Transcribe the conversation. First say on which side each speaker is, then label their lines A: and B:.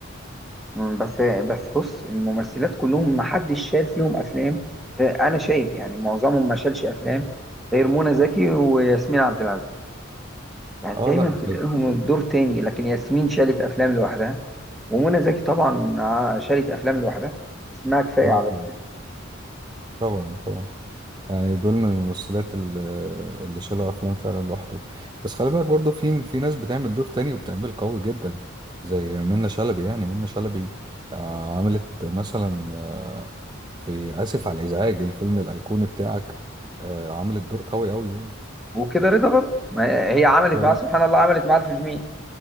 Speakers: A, in the centre; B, on the right (about 20°).
A: مم، بس بس بص الممثلات كلهم ما حدش شال فيهم افلام آه، انا شايف يعني معظمهم ما شالش افلام غير منى زكي وياسمين عبد العزيز يعني
B: اه
A: دايما
B: لا ده
A: تلاقيهم
B: حقيقي
A: الدور تاني لكن ياسمين شالت افلام لوحدها ومنى زكي طبعا آه، شالت افلام لوحدها اسمها كفايه
B: اه
A: على الفيلم
B: طبعا طبعا طبعا يعني دول من الممثلات ال- اللي شالوا افلام فعلا لوحده بس خلي بالك برضو في في ناس بتعمل دور تاني وبتعمل قوي جدا زي منة شلبي يعني منة شلبي آه عملت مثلا آه في اسف على الازعاج الفيلم الايقوني بتاعك آه عملت دور قوي قوي يعني
A: وكده رضا برضه ما هي عملت
B: لا،
A: معاه
B: لا.
A: سبحان الله عملت معاه الفيلمين